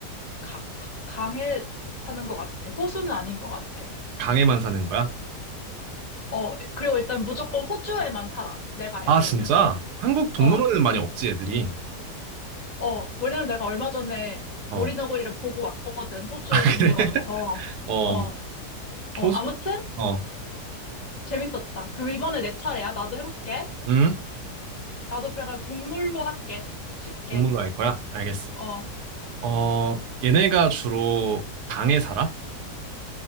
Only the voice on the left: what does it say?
가, 가- 강에 사는 것 같아. 호수는 아닌 것 같아.
어, 그리고 일단 무조건 호주에만 살아. 내가 알기로는.
어,
어, 왜냐면 내가 얼마 전에
오리너구리를 보고 왔거든, 호주
동물원에서.
어, 어,
아무튼
재밌었다. 그럼 이번에 내 차례야. 나도 해볼게.
나도 그러면 동물로 할게. 쉽게.
어,